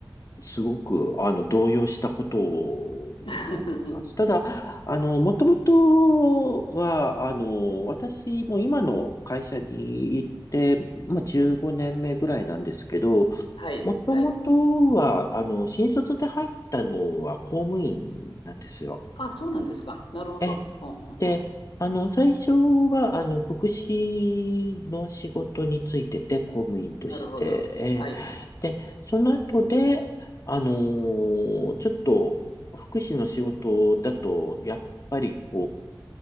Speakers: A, on the left; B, on the left.
A: すごく、あの、動揺したことを覚えてます。
B: <laughs>
A: ただ、あの、もともとは、あの、私も今の会社に行って、まあ、15年目ぐらいなんですけど、
B: はい、
A: もともとは、
B: はい。
A: あの、新卒で入ったのは公務員なんですよ。
B: あ、そうなんですか。なるほど。
A: え
B: ほんほんほん。
A: で、あの、最初は、あの、福祉の仕事についてて、公務員として、
B: なるほど。はい、
A: えーで、
B: はい。
A: その後で、あのーちょっと、福祉の仕事だと、やっぱり、こう、